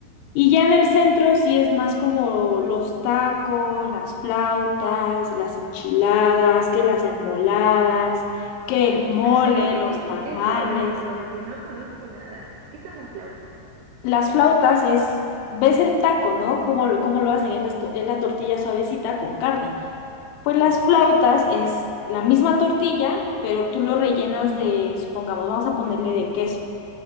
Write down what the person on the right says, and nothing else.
ay, pero ¿qué?
¿Qué es todo eso? Porque no conozco nada. ¿Qué son las flautas?
Sí,